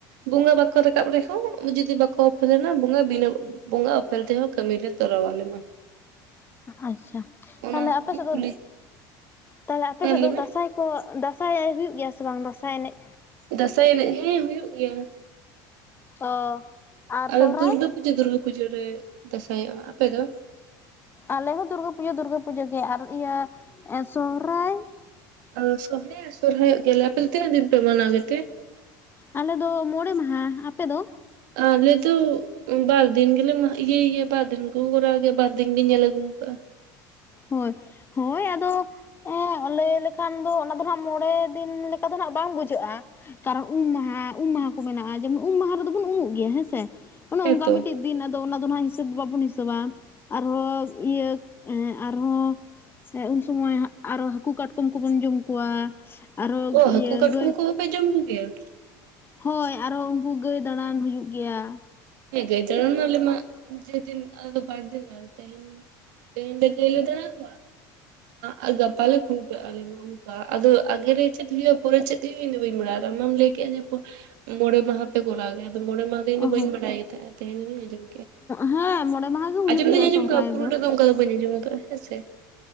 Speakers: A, on the right; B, on the left.
A: ᱵᱚᱸᱜᱟ ᱵᱟᱠᱚ ᱨᱮᱠᱟᱯ ᱨᱮ ᱡᱫᱤ ᱵᱟᱠᱚ ᱚᱯᱷᱮᱞᱮᱱ ᱵᱚᱸᱜᱟ ᱵᱤᱱᱟ ᱵᱚᱸᱜᱟ ᱟᱯᱮᱞ ᱛᱮᱦᱚᱸ ᱠᱟᱹᱢᱤ ᱞᱮ ᱛᱚᱨᱟᱣᱟᱞᱮ ᱢᱟ
B: ᱟᱪᱪᱷᱟ
A: ᱚᱱᱟ
B: ᱛᱟᱦᱞᱮ
A: ᱠᱷᱟᱹᱛᱤᱨ
B: ᱟᱯᱮ
A: ᱜᱤᱧ
B: ᱥᱮᱫ ᱫᱚ
A: ᱠᱩᱞᱤ
B: ᱛᱟᱦᱞᱮ ᱟᱯᱮ
A: ᱦᱮᱸ
B: ᱥᱮᱫ
A: ᱞᱟᱹᱭ
B: ᱫᱚ
A: ᱢᱮ
B: ᱫᱟᱸᱥᱟᱭ ᱦᱚ ᱫᱟᱸᱟᱭ ᱮ ᱦᱩᱭᱩᱜ ᱜᱮᱭᱟ ᱥᱮ ᱵᱟᱝ ᱫᱟᱸᱟᱭ ᱮᱱᱮᱡ
A: ᱫᱟᱸᱥᱟᱭ ᱮᱱᱮᱡ ᱦᱮᱸ ᱦᱩᱭᱩᱜ ᱜᱮᱭᱟ
B: ᱚ ᱟᱨ
A: ᱟᱞᱮ
B: ᱥᱚᱦᱨᱟᱭ
A: ᱫᱚ ᱫᱩᱨᱜᱟᱹ ᱯᱩᱡᱟᱹ ᱫᱩᱨᱜᱟᱹ ᱯᱩᱡᱟᱹ ᱨᱮ ᱫᱟᱸᱥᱟᱭᱚᱜᱼᱟ ᱟᱯᱮ ᱫᱚ
B: ᱟᱞᱮ ᱦᱚᱸ ᱫᱩᱨᱜᱟᱹ ᱯᱩᱡᱟᱹ ᱫᱩᱨᱜᱟᱹ ᱯᱩᱡᱟᱹ ᱜᱮ ᱟᱨ ᱤᱭᱟᱹ ᱥᱚᱦᱨᱟᱭ
A: ᱟ ᱥᱚᱦᱮ ᱥᱚᱨᱦᱟᱭᱚᱜ ᱜᱮᱭᱟᱞᱮ ᱟᱯᱮ ᱫᱚ ᱛᱤᱱᱟᱹᱜ ᱫᱤᱱ ᱯᱮ ᱢᱟᱱᱟᱣ ᱜᱮᱛᱮ?
B: ᱟᱞᱮᱚ ᱢᱚᱬᱮ ᱢᱟᱦᱟ ᱟᱯᱮ ᱫᱚ
A: ᱟᱞᱮ ᱫᱚ ᱵᱟᱨ ᱫᱤᱱ ᱜᱮᱞᱮ ᱭ ᱜᱮ ᱵᱟᱨ ᱫᱤᱱ ᱜ ᱜᱮᱭᱟ ᱵᱟᱨ ᱫᱤᱱ ᱜᱮᱧᱤᱭᱟᱹ ᱞᱟᱜᱩ ᱟᱹᱜᱩ ᱣᱟᱠᱟᱹ-ᱟ
B: ᱦᱳᱭ ᱦᱳᱭ ᱟᱫᱚ ᱦᱮᱸ ᱞᱟᱹᱭ ᱞᱮᱠᱷᱟᱱ ᱫᱚ ᱚᱱᱟ ᱫᱚ ᱦᱜ ᱢᱚᱬᱮ ᱫᱤᱱ ᱞᱮᱠᱟ ᱫᱚ ᱦᱜ ᱵᱟᱝ ᱵᱩᱡᱷᱟᱹᱜᱼᱟ ᱠᱟᱨᱚᱱ ᱩᱢ ᱢᱟᱦᱟ ᱩᱢ ᱢᱟᱦᱟ ᱠᱚ ᱢᱮᱱᱟᱜᱼᱟ ᱡᱮᱢᱚᱱ ᱩᱢ ᱢᱟᱦᱟ ᱨᱮᱫᱚ ᱵᱚᱱ ᱩᱢᱩᱜ ᱜᱮᱭᱟ ᱦᱮᱸ ᱥᱮ ᱚᱱᱮ
A: ᱦᱮᱸᱛᱚ
B: ᱚᱱᱠᱟ ᱢᱤᱫᱴᱮᱱ ᱫᱤᱱ ᱟᱫᱚ ᱚᱱᱟ ᱫᱚ ᱟᱜ ᱦᱤᱥᱟᱹᱵᱽ ᱵᱟᱵᱚᱱ ᱦᱤᱥᱟᱹᱟ ᱟᱨᱦᱚᱸ ᱤᱭᱟᱹ ᱮᱜ ᱟᱨᱦᱚᱸ ᱩᱱ ᱥᱚᱢᱚᱭ ᱟᱨᱚ ᱦᱟᱹᱠᱩ ᱠᱟᱴᱠᱚᱢ ᱠᱚᱵᱚᱱ ᱡᱚᱢ ᱠᱚᱣᱟ᱾ ᱟᱨᱚ
A: ᱚ ᱦᱟᱹᱠᱩ
B: ᱤᱭᱟᱹ
A: ᱠᱟᱴᱠᱚᱢ
B: ᱜᱟᱹᱭ
A: ᱠᱚᱦᱚᱸ ᱯᱮ ᱡᱚᱢ ᱠᱚ ᱜᱮᱭᱟ᱾
B: ᱦᱳᱭ ᱟᱨᱦᱚᱸ ᱩᱱᱠᱩ ᱜᱟᱹᱭ ᱫᱟᱬᱟᱱ ᱦᱩᱭᱩᱜ ᱜᱮᱭᱟ᱾
A: ᱦᱮ ᱜᱟᱹᱭ ᱡᱟᱜᱟᱣ ᱢᱟ ᱟᱞᱮ ᱢᱟ ᱡᱮ ᱫᱤᱱ ᱟᱫᱚ ᱵᱟᱨ ᱫᱤᱱ ᱞᱮ ᱛᱟᱦᱮᱱ ᱛᱮᱦᱮᱧ ᱫᱚ ᱜᱟᱹᱭᱞᱮ ᱡᱟᱜᱟᱣ ᱠᱚᱣᱟ ᱟᱨ ᱜᱟᱯᱟ ᱞᱮ ᱠᱷᱩᱱᱴᱟᱹᱜᱼᱟ ᱟᱞᱮ ᱢᱟ ᱚᱝᱠᱟ ᱟᱫᱚ ᱟᱜᱮᱨᱮ ᱪᱮᱫ ᱦᱩᱭᱩᱜ-ᱟ ᱯᱚᱨᱮ ᱪᱮᱫ ᱦᱩᱭᱩᱜ-ᱟ ᱤᱧ ᱫᱚ ᱵᱟᱹᱧ ᱵᱟᱲᱟᱭᱟ ᱟᱢ ᱢᱟᱢ ᱞᱟᱹᱭᱠᱮᱫ-ᱟ ᱡᱮ ᱯᱚ ᱢᱚᱬᱮ ᱢᱟᱦᱟ ᱯᱮ ᱠᱚᱨᱟᱣ ᱜᱮᱭᱟ ᱛᱚᱵᱮ ᱢᱚᱬᱮ ᱢᱟᱦᱟ ᱫᱤᱱ ᱤᱧ ᱫᱚ
B: ᱚ
A: ᱵᱟᱹᱧ
B: ᱦᱳᱭ
A: ᱵᱟᱲᱟᱭ ᱛᱟᱦᱮᱸᱜ-ᱟ ᱛᱤᱦᱤᱧᱤᱧ ᱟᱧᱡᱚᱢ
B: ᱦᱮᱸ ᱢᱚᱬᱮ ᱢᱟᱦᱟ ᱜᱮ
A: ᱟᱸᱡᱚᱢ
B: ᱦᱩᱭᱩᱜ
A: ᱫᱩᱧ
B: ᱜᱮᱭᱟ
A: ᱟᱸᱚᱢ
B: ᱥᱚᱦᱨᱟᱭ
A: ᱠᱟᱫᱼᱟ ᱯᱩᱨᱟᱹᱴᱟᱜ ᱫᱚ ᱚᱱᱠᱟ ᱫᱚ ᱵᱟᱹᱧ ᱟᱸᱡᱚᱢ ᱟᱠᱟᱫᱟᱼᱟ ᱦᱮᱸ ᱥᱮ